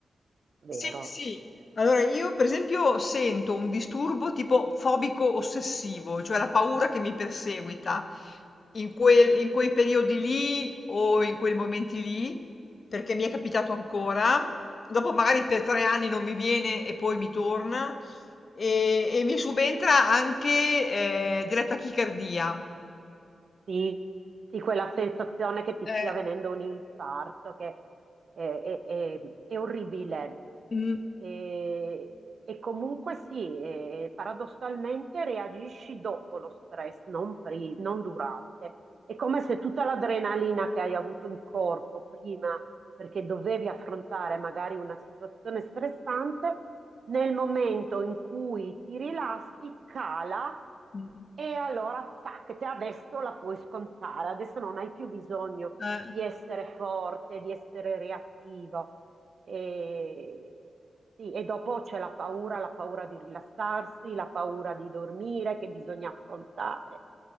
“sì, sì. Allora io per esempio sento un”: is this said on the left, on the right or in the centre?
Left